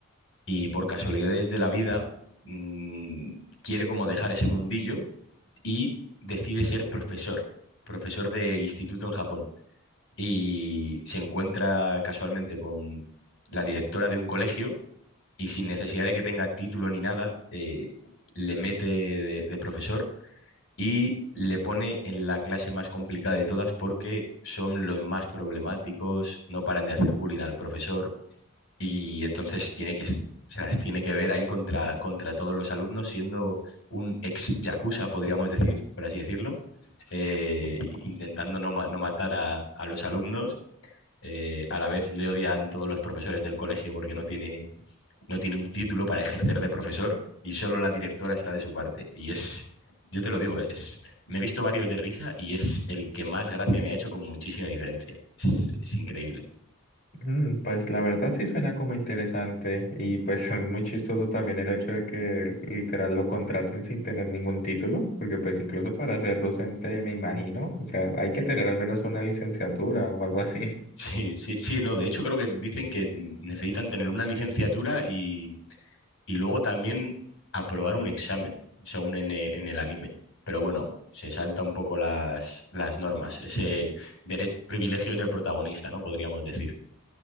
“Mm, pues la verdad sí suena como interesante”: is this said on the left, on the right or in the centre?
Left